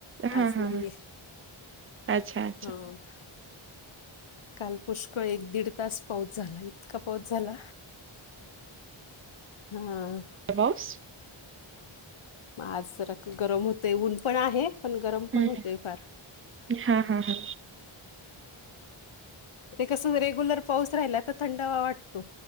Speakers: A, on the right; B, on the left.
A: हा
B: आज
A: हा हा
B: नाही येत
A: अच्छा अच्छा
B: हा. काल पुष्कळ एक, दीड तास पाऊस झाला इतका पाऊस झाला. हा.
A: पाऊस.
B: म आज जरा गरम होतेय ऊन पण आहे पण गरम
A: हम्म
B: पण होतेय फार.
A: हा हा हा.
B: ते कस रेगुलर पाऊस राहिला तर थंडावा वाटतो.